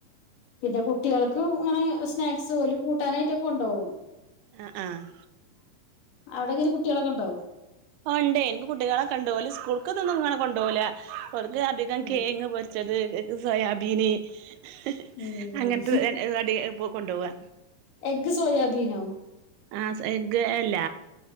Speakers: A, on the left; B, on the right.
A: പിന്നെ കുട്ടികള്ക്ക് അങ്ങനെ സ്നാക്സ് ഓലു കൂട്ടാനായിട്ടൊക്കെ കൊണ്ടോവും
B: ആ ആഹ
A: അവിടെങ്കിലും കുട്ടികളൊക്കെ ഉണ്ടോ
B: ആ ഉണ്ടേ എനിക്ക് കുട്ടികളെ ഇണ്ട് ഓല് സ്കൂൾക് ഇതൊന്നു അങ്ങനെ കൊണ്ടോല ഓല്ക് അധികം
A: ഉം
B: കേങ്ങ് പൊരിച്ച ച്ചത് സോയാബീന് ഹ്ഹ്‌
A: ഉം
B: അങ്ങനത്തെ <unintelligible> കൊണ്ടോവാ
A: എഗ് സോയാബീനൊ
B: ആ എഗ്ഗ് അല്ല